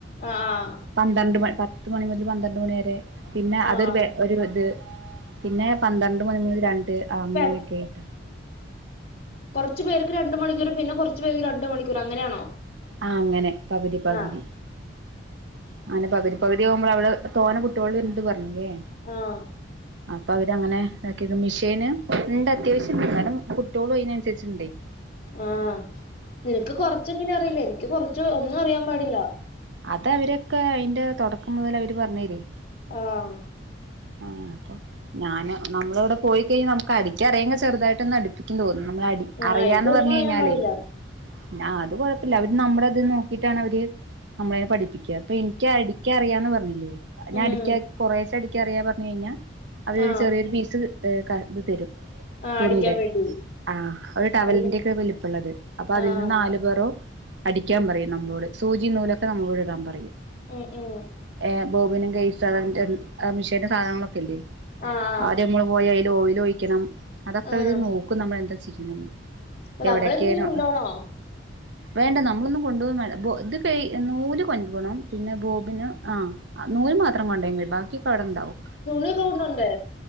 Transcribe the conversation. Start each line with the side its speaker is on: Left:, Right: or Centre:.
Left: ആഹ് ആഹ്
Right: പന്ത്രണ്ട് മ പത്ത് മണി മുതൽ പന്ത്രണ്ട് മണി വരെ പിന്നെ അതൊരു
Left: ആഹ്.
Right: ബേ ഒരു ഇത് പിന്നെ പന്ത്രണ്ട് മണി മുതല് രണ്ട് അങ്ങനെയൊക്കെട്ടാ
Left: ഇപ്പൊ കുറുച്ചു പേര്ക്ക് രണ്ട് മണിക്കൂറ് പിന്നെ കുറച്ച് പേര്ക്ക്‌ രണ്ട് മണിക്കൂർ അങ്ങനെയാണോ
Right: ആ അങ്ങനെ പകുതി പകുതി
Left: ആഹ്
Right: അങ്ങനെ പകുതി പകുതി ആവുമ്പ അവിടെ തോനെ കുട്ട്യോള്ണ്ട് പറഞ്ഞേ
Left: അഹ്
Right: അപ്പൊ അവരങ്ങനെ ഇതാക്കിയത് മിഷീന് ഇണ്ട് അത്യാവശ്യം ഇണ്ട് കാരണം കുട്ട്യോളും അയ്നനുസരിച്ച് ണ്ടേ
Left: ആഹ് നിനക്ക് കൊറച്ചങ്ങനെ അറിയില്ലേ എൻക്ക് കൊറച്ച് ഒന്നും അറിയാൻ പാടില്ല
Right: അത അവരൊക്കെ അതിന്റെ തുടക്കം മുതൽ അവര് പറഞ്ഞരേ
Left: ആഹ്
Right: ആഹ് അപ്പൊ ഞാന് നമ്മള അവിടെ പോയി കഴിഞ്ഞ നമുക്ക് അടിക്കാൻ അറിയങ്കിൽ ചെറുതായിട്ടൊ ഒന്ന് അടുപ്പിക്കും തോന്നുന്നു നമ്മള അടി
Left: ആഹ്
Right: അറിയാന്ന്
Left: എനിക്കൊന്നും
Right: പറഞ്ഞ്
Left: അറിയാൻ
Right: കഴിഞ്ഞാല്
Left: പാടില്ല.
Right: ന അത് കൊഴപ്പല്ല അവര് നമ്മുടെ ഇത് നോക്കിട്ടാണ് അവര് നമ്മളെ പഠിപ്പിക്ക ഇപ്പൊ ഇൻക്കി അടിക്ക അറിയാന്ന് പറഞ്ഞില്ലേ ഞാൻ
Left: ഉം
Right: അടിക്ക കുറേശ അടി ക്ക അറിയാ പറഞ്ഞു കഴിഞ്ഞ അവര് ഒരു
Left: ആഹ്
Right: ചെറിയൊരു പീസ് ത ക ഇത് തരും
Left: ആഹ്
Right: തുണിയുടെ
Left: അടിക്കാൻ വേണ്ടി
Right: ആ ഒരു ടവലിന്റെ
Left: അടിക്കാൻ
Right: ഒക്കെ വലിപ്പള്ളത് അപ്പൊ അതിൽ
Left: ആഹ്
Right: നിന്ന് നാലു പേറോ അടിക്കാൻ പറയും നമ്മളോട് സൂചി നൂലൊക്കെ നമ്മളോട് ഇടാൻ പറയും
Left: ഉം ഉം
Right: ഏ ബോബിനും ഗൈസ അതതിന്റെ ആ മിഷീന്റെ സാധനങ്ങളൊക്കെല്ലേ
Left: ആഹ്
Right: ആദ്യ നമ്മള് ള് ഓയയിലു ഓയലു ഒഴിക്കണം അതൊക്കെ
Left: ആഹ്.
Right: അവര് നോക്കും നമ്മൾ എന്താ ചെയ്യിന്നന്ന്
Left: അപ്പൊ
Right: എവിടെക്കേനു
Left: നമ്മളെന്തെങ്കിലും കൊണ്ടോണോ?
Right: വേണ്ട നമ്മളൊന്നും കൊണ്ട <unintelligible> ബോ ഇത് കഴി നൂല് കൊണ്ട് പോണം പിന്നെ ബോബിന് ആഹ് ആ നൂല് മാത്രം കൊണ്ടയാ മതി ബാക്കി ഒക്കെ അവുടെണ്ടാവും
Left: തുണിയൊക്കെ കൊണ്ടവണ്ടേ